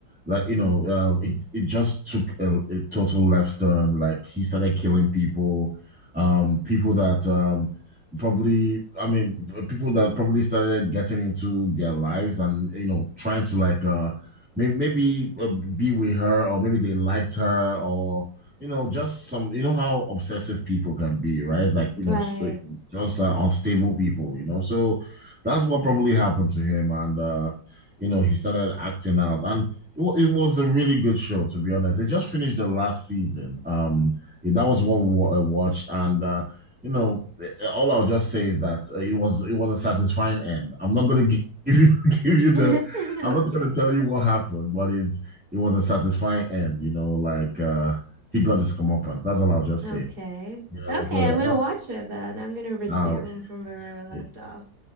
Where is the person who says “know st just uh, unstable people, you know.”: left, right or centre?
Centre